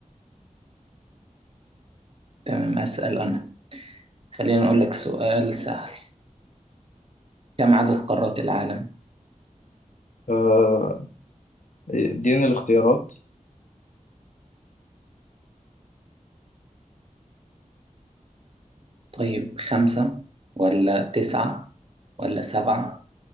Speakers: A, on the right; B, on the left.
A: تمام أسأل أنا خلينا نقول لك سؤال سهل كم عدد قارات العالم؟
B: آه، اديني الاختيارات
A: طيب خمسة ولا تسعة ولا سبعة